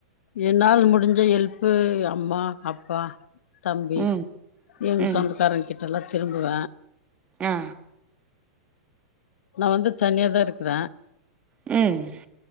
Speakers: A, on the left (about 80°); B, on the right (about 15°).
A: என்னால் முடிஞ்ச ஹெல்பு அம்மா அப்பா தம்பி
B: ம் ம்
A: எங்க
B: ம்
A: சொந்தக்காரங்க கிட்டல்லா திரும்புவ
B: ஆ
A: நா வந்து தனியா தா இருக்ற
B: ம்